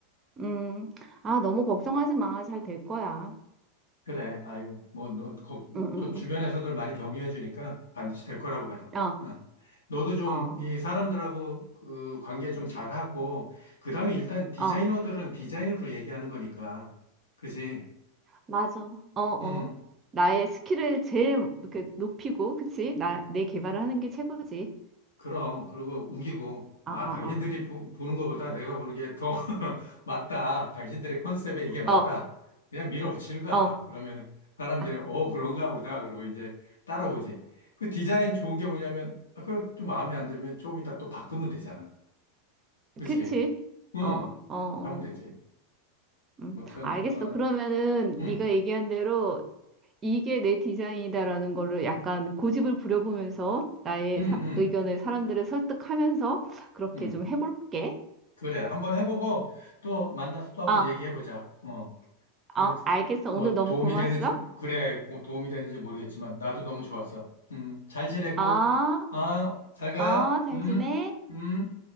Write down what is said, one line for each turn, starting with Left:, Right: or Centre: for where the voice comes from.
Right: 음, 아 너무 걱정하지 마. 잘 될 거야.
Left: 그래. 아유, 뭐, 너, 거-
Right: 응,
Left: 또 주변에서들
Right: 응,
Left: 많이 격려해 주니까 반드시 될 거라고 믿어.
Right: 응. 어,
Left: 응. 너도 좀
Right: 어,
Left: 이 사람들하고 그 관계 좀 잘하고, 그 다음에 일단 디자이너들은
Right: 어,
Left: 디자인으로 얘기하는 거니까. 그지?
Right: 맞아. 어, 어.
Left: 응.
Right: 나의 스킬을 제일 이렇게 높이고, 그치? 나, 내 개발을 하는 게 최고지.
Left: 그럼, 그리고 우기고,
Right: 어,
Left: 아,
Right: 어,
Left: 당신들이
Right: 어.
Left: 보, 는 것보다 내가 보는 게 더 <laughs> 맞다. 당신들의 컨셉에 이게 맞다.
Right: 어,
Left: 그냥 밀어붙이는 거야.
Right: 어,
Left: 그러면 사람들이,
Right: 아,
Left: 어, 그런가 보다. 그러고 이제 따라오지. 그 디자인 좋은 게 뭐냐면, 아, 그럼 좀 마음에 안 들면 조금 이따 또 바꾸면 되잖아. 그치?
Right: 그치?
Left: 응.
Right: 어, 어, 어,
Left: 그렇게 하면 되지.
Right: 음,
Left: 아무튼,
Right: 알겠어.
Left: 어,
Right: 그러면은
Left: 응,
Right: 네가 얘기한 대로 이게 내 디자인이다라는 거를 약간 고집을 부려보면서 나의
Left: 응,
Right: 사-
Left: 응,
Right: 의견을 사람들을 설득하면서 그렇게
Left: 응.
Right: 좀 해볼게.
Left: 그래. 한번 해보고 또 만나서 또 한번
Right: 아,
Left: 얘기해보자. 어. 그래서
Right: 어, 알겠어.
Left: 뭐
Right: 오늘 너무
Left: 도움이
Right: 고마웠어.
Left: 되는지 그래 고- 도움이 되는지 모르겠지만 나도 너무 좋았어. 음, 잘 지내고
Right: 아,
Left: 아, 잘 가.
Right: 아, 잘
Left: 음,
Right: 지내?
Left: 음.